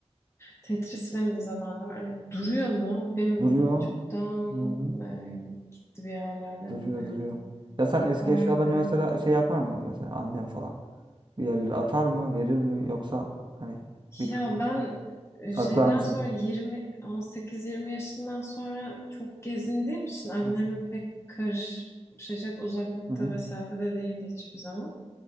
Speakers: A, on the left (about 25°); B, on the right (about 40°).
A: Tetris benim de zamanında var. Hani duruyor mu? Benim
B: Duruyor.
A: çoktan
B: Hı.
A: e, gitti bir yerlerde
B: Duruyor
A: yani.
B: duruyor. Ya sen eski
A: Vay
B: eşyalarını
A: be.
B: mesela şey yapar mı? Mesela annem falan. Bir yerlere atar mı? Verir mi? Yoksa hani bir
A: Ya
B: kısmını
A: ben e,
B: saklar
A: şeyden
B: mısın?
A: sonra yirmi on sekiz yirmi yaşından sonra çok gezindiğim için annem
B: Hı hı.
A: pek karışacak uzaklıkta
B: Hı hı.
A: mesafede değildi hiçbir zaman.